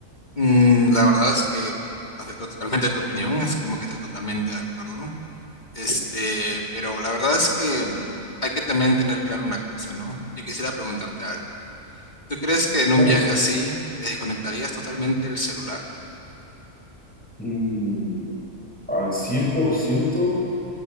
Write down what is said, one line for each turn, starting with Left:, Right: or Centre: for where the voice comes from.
Left: Mm, la verdad es que acepto totalmente tu opinión, es como que estoy totalmente de acuerdo, este, pero la verdad es que hay que también tener claro una cosa, ¿no? Yo quisiera preguntarte algo. ¿Tú crees que en un
Centre: Claro.
Left: viaje así te desconectarías totalmente el celular?
Centre: Mm, al cien por ciento